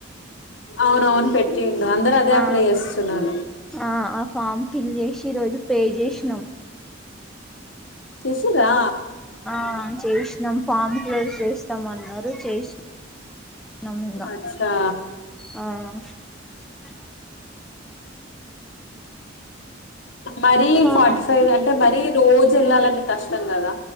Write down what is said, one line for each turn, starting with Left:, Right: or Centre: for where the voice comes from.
Left: అవునవును పెట్టిండు అందరు అదే
Centre: ఆ
Left: అప్లై చేస్తున్నారు
Centre: ఆ ఆ ఫామ్ ఫిల్ చేసి ఈ రోజు పే చేసినాం
Left: చేసిర్రా
Centre: ఆ చేసినాం ఫామ్ క్లోజ్ చేస్తామన్నారు చేసినము ఇంగా
Left: అచ్చా
Centre: ఆ <inaudible> అ <unintelligible>
Left: మరి
Centre: హా
Left: ఫాటీ ఫైవ్ అ అంటే మరీ రోజు వెళ్ళాలంటే కష్టం కదా